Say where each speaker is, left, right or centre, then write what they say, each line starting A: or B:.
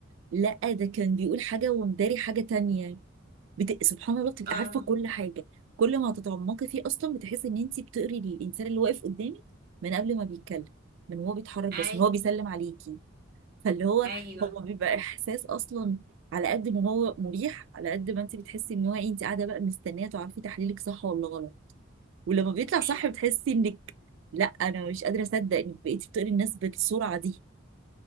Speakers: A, on the right (about 65°); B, on the right (about 50°).
A: لا ده كان بيقول حاجه ومداري حاجه تانية بت... سبحان الله بتبقي
B: اه
A: عارفه كل حاجه كل ما تتعمقي فيه اصلا بتحسي ان انت بتقري الانسان اللي واقف قدامك من قبل ما بيتكلم من هو بيتحرك بس
B: اي
A: من هو بيسلم عليكي فاللي هو
B: ايوه
A: هو بيبقى احساس اصلا على قد ما هو مريح على قد ما انت بتحسي ان هو إيه، انت قاعده بقى مستنيه تعرفي تحليلك صح ولا غلط ولما بيطلع
B: ايوه
A: صح بتحسي انك لا انا مش قادره اصدق انك بقيتي بتقري الناس بالسرعه دي